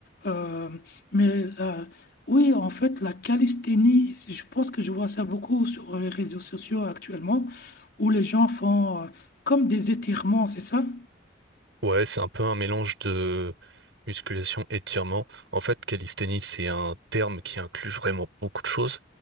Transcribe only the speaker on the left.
Euh, mais la- oui, en fait, la calisthénie, je pense que je vois ça beaucoup sur les réseaux sociaux actuellement, où les gens font euh, comme des étirements, c'est ça?